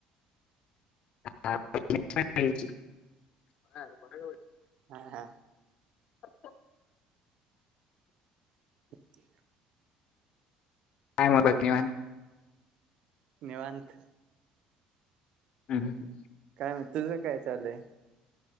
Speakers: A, on the left (about 45°); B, on the right (about 50°).
A: <unintelligible>
B: हा हा
A: अचछा
B: ते
A: काय मबाघतीवा
B: निवत
A: हम् ह ह
B: काय तुझं काय चालय